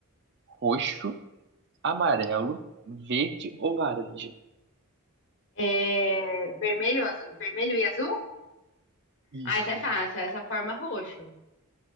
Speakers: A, on the right; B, on the left.
A: Roxo, amarelo, verde ou laranja?
B: É, vermelho, azul- vermelho e azul?
A: Isso.
B: Ah, isso é fácil, é essa forma roxo.